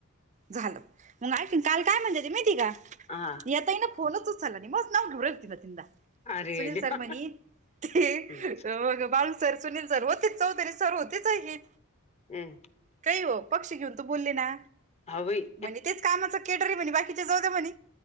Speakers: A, on the right; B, on the left.
A: झालं, मग ऐकना काल काय म्हणलेली माहितेय का?
B: हा.
A: नियता इन फोनच च सुच <unintelligible> सला मस् ग घडरतीन तिंद
B: अरे
A: सुनील
B: देवा
A: सर्रमनी <unintelligible> ते
B: हम्म
A: मग बालूसर सुनील सर होतेच चौधरी सर होतेच आही
B: हम्म.
A: काहीओ, पक्षी घेऊन तू बोलली ना
B: हाव बाई
A: म्हणे तेच कामाचा केटरी म्हणे बाकीचे जाऊ दे म्हणे.